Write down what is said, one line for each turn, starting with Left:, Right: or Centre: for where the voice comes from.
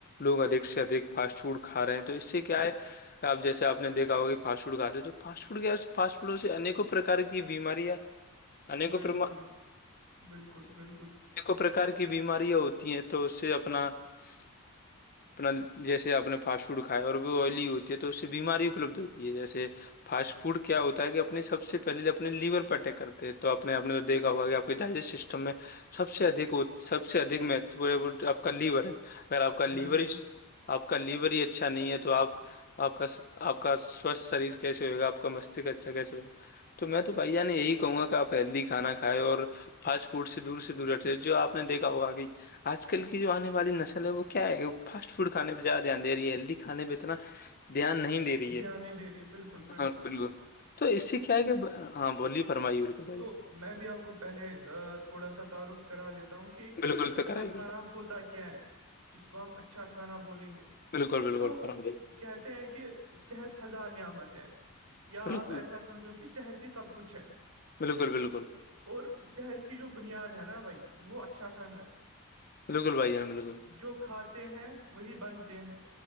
Left: لوگ ادک سے ادھک فاسٹ فوڈ کھا رہے ہیں تو اس سے کیا ہے آپ جیسے آپ دیکھا ہوا کہ فاسٹ فوڈ کھا د تو فاسٹ فوڈ کیا فاسٹ فوڈ سے ایکوں پرکار کی بیمارییاں
Right: بالکل
Left: پرم
Right: بالکل بالکل
Left: پرکار کی بیماریاں ہوتی ہیں تو اس سے اپنا اپنا جیسے آپ نے فاسٹ فوڈ کھاائے اور بھی آئلی ہوتی ہے تو اس سے بیماری اپلبد ہوتی ہے جیسے فاسٹ فوڈ کیا ہوتا ہے کہ اپنے سب سے پہلے اپنے لیور پہ اٹیک کرتے ہیں تو اپنے آپ نے تو دیکھا ہوا کہ ڈائجسٹ سسٹم میں سب سے ا سب سے ادک مہت آپ کا لیور ہے اگر آپ کا لیور
Right: بالکل
Left: ہی آپ کا لیور ہی اچھا نہیں ہے تو آپ آپ کا آپ کا سوستھ شریر کیسے ہوئے گا آپ کا مستک اچھا کیسے ہو گا تو میں تو بھائییا نے یہی کہوں گا کہ آپ ہیلدی کھانا کھائے اور فاسٹ فوٹ سے دور سے دور رہتے جو آپ نے دیکھا ہوا کہ آج کل کی جو آنے والی نسل ہے وہ کیا ہے فاسٹ فوڈ کھانے پہا دان رہی ہے ہیلدی کھے پہ اتنا دھیان نہیں دے رہی
Right: دھیان
Left: ہے
Right: نہیں دے رہی بالکل
Left: ہاں بالکل تو اس سے کیا ہے کہ ہاں بولیے فرمائیے بالکل بھائی
Right: تو میں بھی آپ کو پہلے تھوڑا سا تعارف کرا دیتا ہوں کہ ایک
Left: بالکل تو
Right: اچھا
Left: کرائیے
Right: کھانا ہوتا کیا ہے جس کو ہم اچھا کھانا بولیں گے
Left: بالکل بالکل
Right: تو
Left: فرمائیے
Right: کہتے ہیں کہ صحت ہزار نعمت ہیں یا
Left: بالکل
Right: آپ ایسا سمجھو کہ صحت ہی سب کچھ ہے
Left: بالکل بالکل
Right: اور صحت کی جو بنیاد ہے نا بھائی وہ اچھا کھانا ہے
Left: بالکل بھائی جان بالکل
Right: جو کھاتے ہیں وہی بنتے ہیں